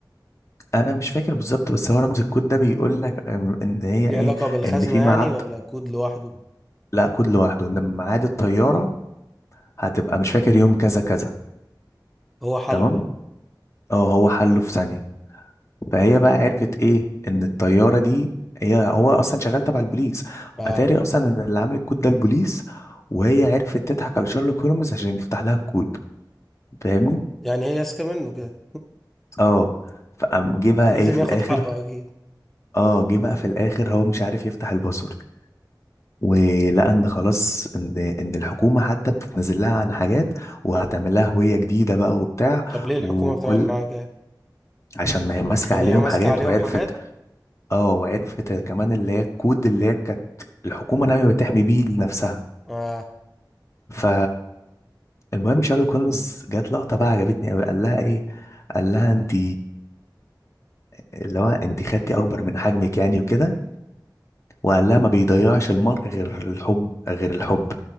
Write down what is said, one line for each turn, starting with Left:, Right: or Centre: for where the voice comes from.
Left: انا مش فاكر بالظبط بس هو رمز الكود ده بيقول لك أم، ان هي
Centre: ليه
Left: ايه
Centre: علاقة بالخزنة
Left: ان في
Centre: يعني
Left: ميعاد
Centre: ولا كود لوحده
Left: لا كود لوحده ان ميعاد الطياره هتبقى مش فاكر يوم كذا كذا
Centre: هو حله
Left: تمام
Centre: يعني
Left: اه هو حله في ثانيه فهي بقى عرفت ايه ان الطياره دي هي هو اصلا شغال تبع البوليس
Centre: اه
Left: اتاري اصلا ان اللي عامل الكود ده البوليس وهي عرفت تضحك على شارلوك هولمز عشان يفتح لها الكود فاهمني
Centre: يعني هي ماسكة منه كده
Left: اه فقام جه بقى
Centre: لازم
Left: ايه في
Centre: ياخد
Left: الاخر
Centre: حقه اكيد
Left: اه جه بقى في الاخر هو مش عارف يفتح الباسورد ولان خلاص ان ان الحكومه حتى بتتنزل لها عن حاجات وهتعمل لها هويه جديده بقى وبتاع
Centre: طب ليه الحكومة
Left: وكل
Centre: بتعمل معاه كده
Left: عشان ما هي ماسكه
Centre: عشان
Left: عليهم
Centre: هي ماسكة
Left: حاجات
Centre: عليهم
Left: وعرفت
Centre: حاجات
Left: اه وعرفت كمان اللي هي الكود اللي هي كانت الحكومه ناويه بتحمي بيه لنفسها
Centre: اه
Left: ف المهم شارل كولمز جات لقطه بقى عجبتني قوي قال لها ايه قال لها انت اللي هو انت خدتي اكبر من حجمك يعني وكده وقال لها ما بيضيعش المرء غير الحب غير الحب